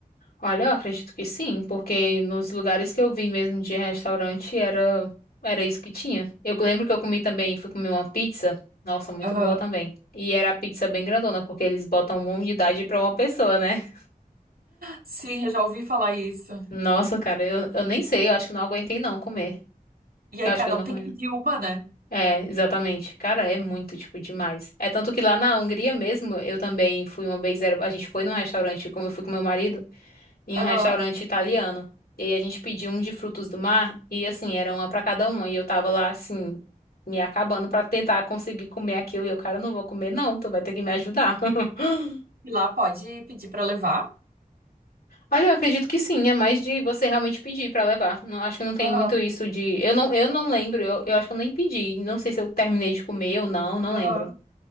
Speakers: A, on the left; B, on the right.
A: Olha, eu acredito que sim, porque nos lugares que eu vi mesmo de restaurante era era isso que tinha. Eu lembro que eu comi também, fui comer uma pizza, nossa, muito
B: Aham.
A: boa também. E era a pizza bem grandona, porque eles botam uma unidade pra uma pessoa, né? <laughs>
B: Sim, eu já ouvi falar isso.
A: Nossa, cara, eu, eu nem sei, eu acho que não aguentei não comer.
B: E aí
A: Eu
B: cada
A: acho que eu não
B: um tem
A: comi.
B: que
A: não.
B: pedir uma, né?
A: É, exatamente. Cara, é muito, tipo, demais. É tanto que lá na Hungria mesmo, eu também fui uma vez, era- a gente foi num restaurante, como eu fui com meu marido. em
B: Aham.
A: um restaurante italiano. E aí a gente pediu um de frutos do mar e assim, era uma pra cada uma e eu tava lá assim, me acabando pra tentar conseguir comer aquilo e eu, cara, eu não vou comer não, tu vai ter que me ajudar. <laughs>
B: E lá pode pedir para levar.
A: Olha, eu acredito que sim, é mais de você realmente pedir pra levar. Não, acho que não tem
B: Aham,
A: muito isso de eu não, eu não lembro, eu, eu acho que eu nem pedi, não sei se eu terminei de comer ou não, não
B: aham.
A: lembro.